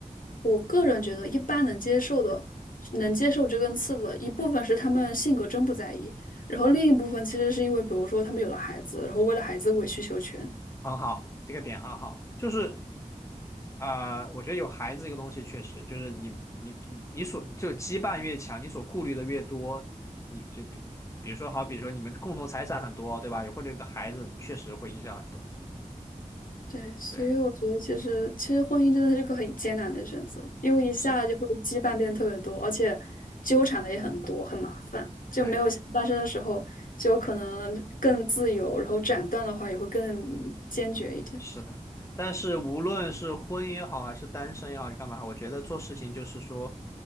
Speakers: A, on the left; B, on the left.
A: 我个人觉得，一般能接受的、能接受这根刺的一部分是他们性格真不在意，然后另一部分其实是因为，比如说他们有了孩子，然后为了孩子委曲求全。
B: 很好，这个点很好，就是啊、呃我觉得有孩子这个东西确实就是你你你你所这个羁绊越强，你所顾虑的越多，你就比比如说好，比如说你们共同财产很多，对吧？有或者有个孩子，你确实会影响很多，
A: 对，所以我觉得其实其实婚姻真的是个很艰难的选择，
B: 对，
A: 因为一下就会羁绊变得特别多，
B: 是，
A: 而且纠缠的也很多，很麻烦，就没有像单身的时候就有可能更自由，
B: 对。
A: 然后斩断的话也会更坚决一点。
B: 是的，但是无论是婚姻也好，还是单身也好，还是干嘛也好我觉得做事情就是说